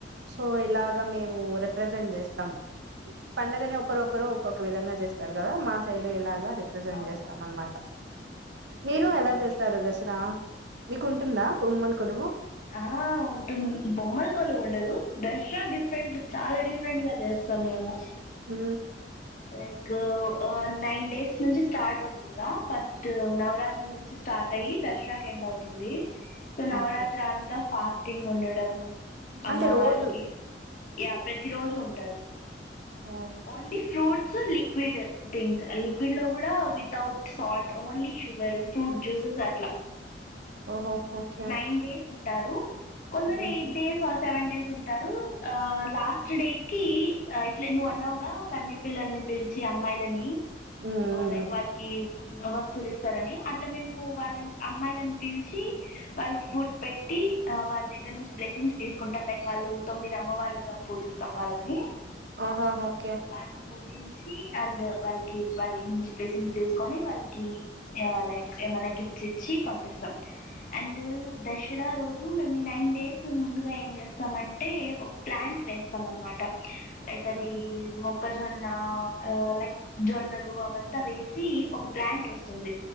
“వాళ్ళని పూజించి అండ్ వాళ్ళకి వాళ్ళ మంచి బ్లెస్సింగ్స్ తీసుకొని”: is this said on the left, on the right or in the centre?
Left